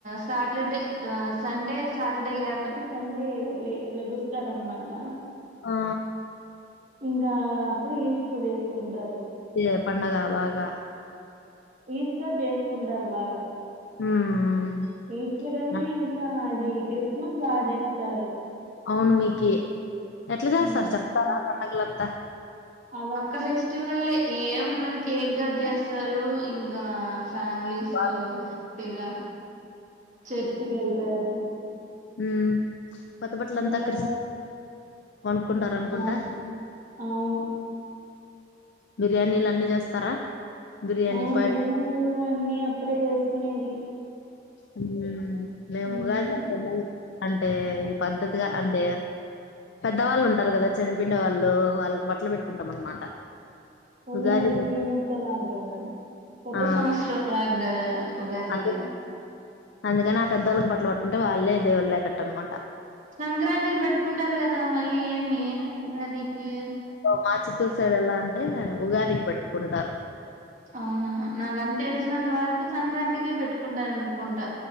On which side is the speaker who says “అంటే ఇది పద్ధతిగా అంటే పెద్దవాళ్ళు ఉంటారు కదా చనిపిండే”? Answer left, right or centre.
Left